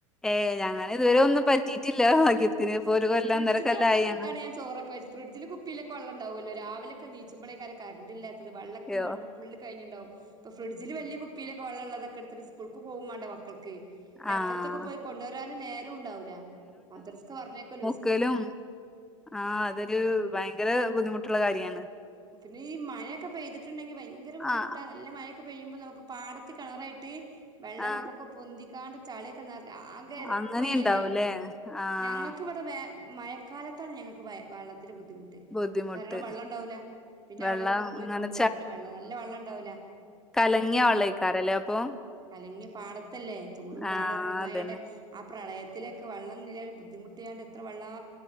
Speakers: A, in the centre; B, on the right (about 25°).
A: ഏഹ് ഞങ്ങനിതുവരെ ഒന്നും പറ്റീട്ടില്ല ഭാഗ്യത്തിന് ഇപ്പൊ ഒരു കൊല്ലം
B: ഫ്രഡ്ജ്ത്തെ
A: ഒന്നര കൊല്ലായി
B: വള്ളൊക്കെ എടുത്താണ്
A: അങ്ങനെ.
B: ഞാൻ ചോറൊക്കെ വെജ്. ഫ്രിഡ്ജില് കുപ്പിയിലൊക്കെ വള്ളണ്ടാവല്ലോ രാവിലെ ഒക്കെ നീച്ചുമ്പളേക്കാരം കര്ണ്ടില്ലാത്തത്. വള്ളക്ക്
A: യോ
B: മോ ഫുള്ള് കഴിഞ്ഞിണ്ടാവും. ഇപ്പോ ഫ്രഡ്ജില് വല്യ കുപ്പിയിലൊക്കെ വള്ളള്ളതൊക്കെ എട്ത്തിട്ട് സ്കൂൾക്ക് പോവും മാണ്ടേ മക്കൾക്ക്. ക്ക്. ന്നെപ്പർത്തൊക്കെ
A: ആഹ്
B: പോയി കൊണ്ടുവരാനും നേരും ഉണ്ടാവുല. മദ്രസ്ക് പറഞ്ഞേക്കലും സ്
A: ക്കലും. ആഹ് അതൊരു ഭയങ്കര ബുദ്ധിമുട്ടുള്ള കാര്യാണ്.
B: പിന്നെ ഈ മഴൊക്കെ പെയ്തിട്ടുണ്ടെങ്കിൽ ഭയങ്കര ബുദ്ധിമുട്ടാ
A: ആഹ്
B: നല്ല മഴൊക്കെ പെയ്യ്മ്പൊ നമുക്ക് പാടത്ത് കെണറെ ട്ട് വെള്ളെ
A: ആഹ്
B: പൊകം പൊന്തിക്കാണ്ട് ചാളിയൊക്കെ നർ ആകെ എരപ്പായല്ലേ.
A: അങ്ങനെയുണ്ടാവൂലേ ആഹ്
B: ഞങ്ങക്കിവടെ വേ മഴക്കാലത്താണ് ഞങ്ങക്ക് ഭായ വാള്ളത്തിന് ബുദ്ധിമുട്ട്.
A: ബുദ്ധിമുട്ട്
B: കാരണം വള്ളം ഇണ്ടാവൂല. പിന്നെ
A: വെള്ളം
B: അവിടൊ ഒക്കെ പോയി
A: ഇങ്ങനെ
B: കൊണ്ടുവരണം വള്ളം നല്ല വള്ളണ്ടാവൂല.
A: കലങ്ങ്യയ വള്ളയ്ക്കാരല്ലേ അപ്പൊ
B: കലങ്ങിയ് പാടത്തല്ലേ തോടും പാടൊക്കെ
A: ആഹ്
B: ഒന്നായേണ്ട
A: അതന്നെ
B: ആ പ്രളയത്തിലൊക്കെ വെള്ളം ന്നില്യ ബുദ്ധിമുട്ടിയാണ്ട് എത്ര വള്ളാ.